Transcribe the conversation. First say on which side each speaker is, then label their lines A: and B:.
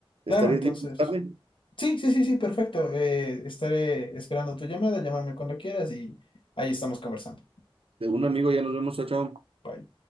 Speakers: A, on the right; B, on the left.
A: ¿Estarías
B: Claro, entonces.
A: libre más tarde?
B: Sí, sí, sí, sí, perfecto. Eh, estaré esperando tu llamada, llámame cuando quieras y ahí estamos conversando.
A: De un amigo, ya nos vemos, chao, chao.
B: Bye.